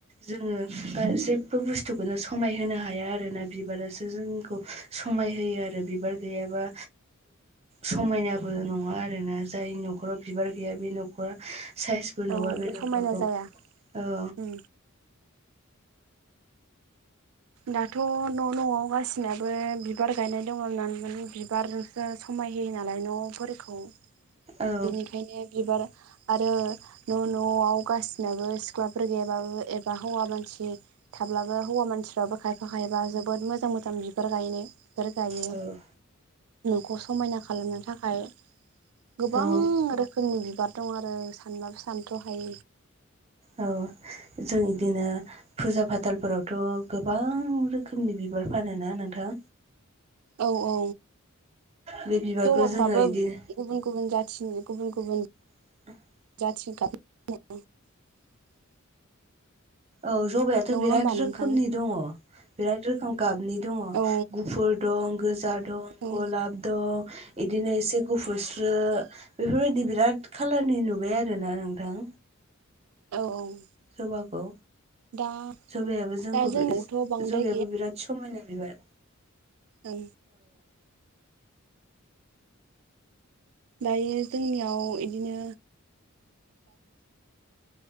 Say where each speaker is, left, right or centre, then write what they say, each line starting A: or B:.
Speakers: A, on the right; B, on the right.
A: जोङो जेबो बुस्थुखौनो समायहोनो हाया आरोना बिबारासो जोंखौ समाय होयो आरो। बिबार गैयाबा समायनाबो नङा आरोना जाय न'खराव बिबार गैया बे ना साइसबो
B: औ
A: नुवा बे
B: समायना
A: नखरखौ
B: जाया
A: औ।
B: उम दाथ न नआव गासिनाबो बिबार गायनाय दंङ माने बिबारसो सम खाय होयो नालाय न'फोरखौ
A: औ
B: बेनिखायनो बिबार आरो न' न'आव गासिनाबो सिख्लाफोर गैयाबाबो एबा हौवा मानसि थाब्लाबो हौवा मानसिफ्राबो खायफा खायबा जोबोद मोजां मोजां बिबार गायनो बिफोर गायो
A: औ
B: नखौ समायना खालामनो थाखाय गोबां
A: औ
B: रोखोमनि बिबार दं आरो सानबाबो सानथ'हाय
A: औ जों बिदिनो फुजा फाथालफोरावथ' गोबां रोखोमनि बिबार फान ना नोंथां
B: औ औ
A: बे बिबारखौ
B: जमाफ्राबो
A: जोङो इदिनो
B: गुबुन गुबुन जाथि थि गुबुन गुबुन
A: <inaudible>
B: <unintelligible>
A: औ जबाइाथ'
B: नङा
A: बिराद
B: होमबा नोंथां
A: रोखोमनि दङ बिराद रोखोम गाबनि दङ
B: औ
A: गुफुर दं गोजा दं
B: औ
A: गलाब दं इदिनो एसे गुफुरस्रो बेफोरबायदि बिराद खालारनि नुबाय आरोना नोंथां
B: औ औ
A: जबाखौ
B: दा
A: जबायाइाबो जोंखौ
B: दा जोंनावथ' बांद्राय
A: जबायाबो बिराद समायना बिबार
B: औ दायो जोंनियाव बिदिनो